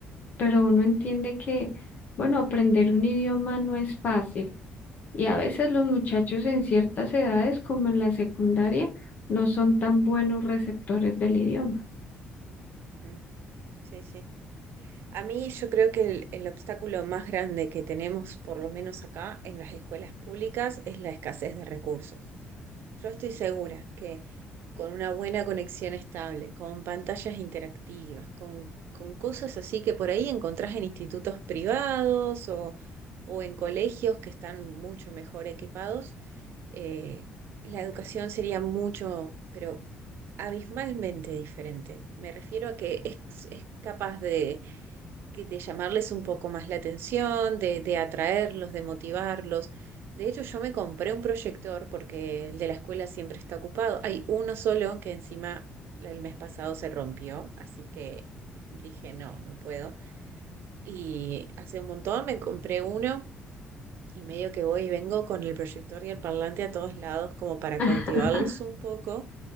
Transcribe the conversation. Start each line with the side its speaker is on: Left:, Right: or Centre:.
Left: pero uno entiende que, bueno, aprender un idioma no es fácil y a veces los muchachos en ciertas edades, como en la secundaria, no son tan buenos receptores del idioma.
Right: Mm, Sí, sí. A mí yo creo que el, el obstáculo más grande que tenemos, por lo menos acá en las escuelas públicas, es la escasez de recursos. Yo estoy segura que con una buena conexión estable, con pantallas interactivas, con, con cosas así que por ahí encontrás en institutos privados o, o en colegios que están mucho mejor equipados, eh, la educación sería mucho, pero abismalmente diferente. Me refiero a que es es capaz de que de llamarles un poco más la atención, de, de atraerlos, de motivarlos. De hecho, yo me compré un proyector porque el de la escuela siempre está ocupado. Hay uno solo que encima el mes pasado se rompió, así que dije, no, no puedo. Y hace un montón me compré uno y medio que voy y vengo con el proyector y el parlante a todos lados como para
Left: <laughs>
Right: cautivarlos un poco